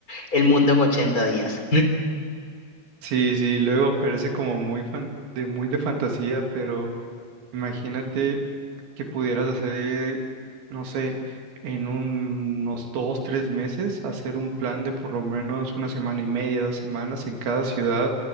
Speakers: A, on the left; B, on the right.
A: el mundo en ochenta días.
B: Sí, sí, luego parece como muy fan- de muy de fantasía, pero Imagínate que pudieras hacer, no sé, en unos dos, tres meses, hacer un plan de por lo menos una semana y media, dos semanas en cada ciudad